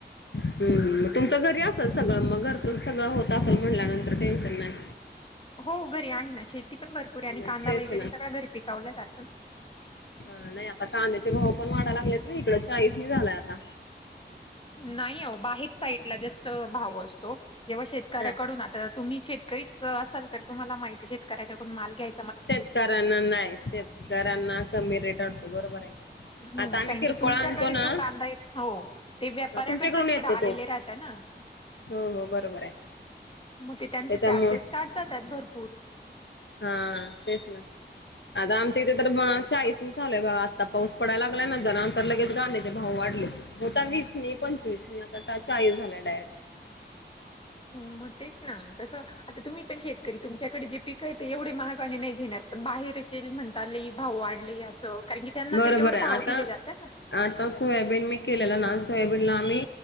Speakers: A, on the left; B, on the left.
A: ह मग तुमचं घरी असेल सगळं मग घरचं सगळं होत असेल म्हटल्यानंतर टेन्शन नाही.
B: हो घरी आहे ना शेती पण भरपूर आहे आणि
A: मग
B: कांदा
A: तेच
B: वगैरे सगळं घरी पिकवलं जात ना.
A: ह नाही आता कांद्याचे भाव पण वाढा लागलेत ना इकडं चाळीस नाही झालाय आता.
B: नाही हो बाहेर साईडला जास्त भाव असतो. जेव्हा शेतकऱ्याकडून
A: हा
B: आता तुम्ही शेतकरीच असाल तर तुम्हाला माहिती शेतकऱ्याकडून माल घ्याय.
A: शेतकऱ्यांना नाही शेतकऱ्यांना कमी रेट वाटतो बरोबर आहे.
B: हो
A: आता आम्ही
B: कारण
A: किरकोळ
B: की तुमच्याकडे
A: आणतो ना
B: जो कांदा आहे हो ते व्यापाऱ्याकडन
A: तुमच्याकडून
B: तिकडे
A: येतो
B: आलेले
A: तो
B: राहत ना हा.
A: हो हो बरोबर आहे.
B: मग ते त्यांचे
A: त्याच्यामुळं
B: चार्जेस काढतात भरपूर.
A: हा तेच ना. आता आमच्या इिथे तर चाळीस न लूय आता पाऊस पडाला लागलाय नंतर नंतर लगेच गांध्याचे भाऊ. वीस पंचवीस आता चाळीस झाला डायरेक्ट.
B: <inaudible> मग तेच ना तसं. आता तुम्ही पण शेतकरी तुमच्याकडे जे पिक आहे ते एवढे महागाणी नाही घेणार पण बाहेरचे म्हण. ताली भाव वाढली असं. कारण की त्यांना
A: बरोबर
B: ते तेवढं
A: आहे
B: भाव
A: आता
B: दिले जातात ना
A: आता सोयाबीन मी केलेलं ना सोयाबीनला आम्ही.